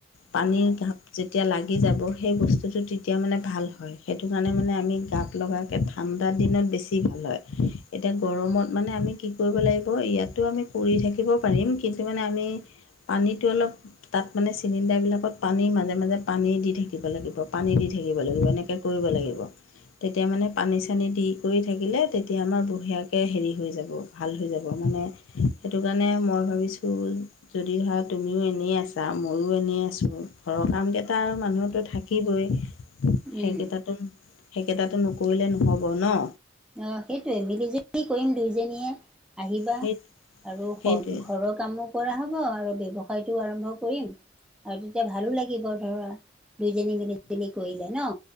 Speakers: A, on the left; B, in the centre.
A: পানীৰ
B: অঁ
A: গাপ যেতিয়া লাগি যাব সেই বস্তুটো তেতিয়া মানে ভাল হয়, সেইটো কাৰণে মানে আমি গাপ লগাকে ঠাণ্ডা দিনত বেছি ভাল হয়, এতিয়া গৰমত মানে আমি কি কৰিব লাগিব ইয়াতো আমি পুৰি থাকিব পাৰিম কিন্তু মানে আমি পানীটো অলপ তাত মানে চিলিণ্ডাৰবিলাকত পানী মাজে- মাজে পানী দি থাকিব লাগিব পানী দি থাকিব লাগিব এনেকে কৰিব লাগিব। তেতিয়া মানে পানী - চানী দি কৰি থাকিলে তেতিয়া আমাৰ বঢ়িয়াকে হেৰি হৈ যাব ভাল হৈ যাব মানে সেটো কাৰণে মই ভাবিছোঁ যদি ধৰা তুমিও এনেই আছ তা ময়ো এনেই আছোঁ ঘৰৰ কামকেইটা আৰু মানুহৰতো থাকিবই
B: উম
A: সেইকেইটাটো -সেইকেইটাটো নকৰিলে নহ'ব ন?
B: অ সেইটোৱে মিলিজুলি কৰিম, দুইজনীয়ে আহিবা
A: সেই
B: আৰু
A: সেইটোৱে
B: ঘ ঘৰত কামো কৰা হ'ব আৰু ব্যৱসায়টো আৰম্ভ কৰিম আৰু তেতিয়া ভালো লাগিব ধৰা। দুইজনী মিলি জুলি কৰিলে ন?